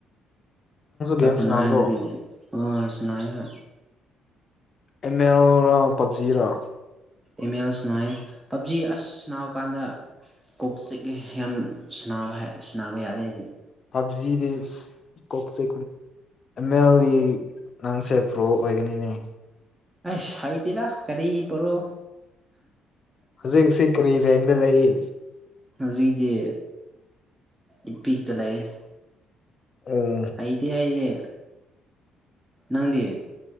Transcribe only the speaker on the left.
ꯒꯦꯝꯁ ꯅꯥꯕ꯭ꯔꯣ
ꯑꯦꯝ ꯑꯦꯜꯔꯥ ꯄꯞꯖꯤꯔ
ꯄꯞꯖꯤꯗ ꯀꯣꯛ ꯑ ꯑꯦꯜ ꯏ ꯅꯪꯁꯦ ꯄ꯭ꯔꯣ ꯑꯣꯏꯒꯅꯤꯅꯦ
ꯍꯧꯖꯤꯛꯁꯤ ꯀꯔꯤ ꯔꯦꯡꯗ ꯂꯩ
ꯑꯣ